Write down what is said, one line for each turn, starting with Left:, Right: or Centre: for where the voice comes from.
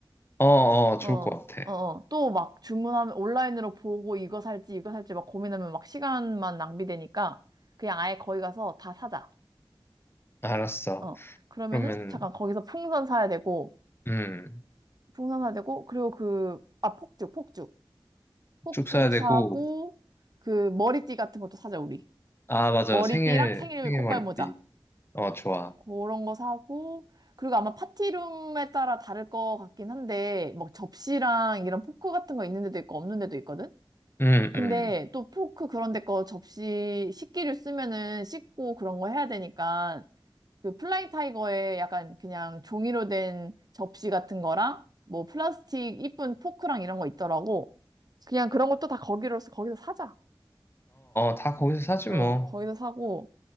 Left: 어어 좋을
Right: 어, 어,
Left: 것 같아.
Right: 어. 또 막 주문하면 온라인으로 보고 이거 살지 이거 살지 막 고민하면 막 시간만 낭비되니까 그냥 아예 거기 가서 다 사자.
Left: 알았어.
Right: 어. 그러면은
Left: 그러면
Right: 잠깐 거기서 풍선 사야 되고
Left: 음쭉
Right: 풍선 사야 되고 그리고 그, 아, 폭죽, 폭죽. 폭죽
Left: 사야 되고
Right: 사고 그 머리띠 같은 것도 사자, 우리.
Left: 아 맞아
Right: 머리띠랑
Left: 생일
Right: 생일
Left: 생일
Right: 꽃갈
Left: 머리띠.
Right: 모자.
Left: 어 좋아.
Right: 그런 거 사고, 그리고 아마 파티룸에 따라 다를 것 같긴 한데, 막 접시랑 이런 포크 같은 거 있는 데도 있고 없는 데도 있거든?
Left: 음음어어
Right: 근데 또 포크 그런 데 거 접시 식기류 쓰면은 씻고 그런 거 해야 되니까, 그 플라잉 타이거에 약간 그냥 종이로 된 접시 같은 거랑, 뭐 플라스틱 이쁜 포크랑 이런 거 있더라고. 그냥 그런 것도 다 거기로서 거기서 사자.
Left: 다 거기서 사지
Right: 어,
Left: 뭐.
Right: 거기서 사고.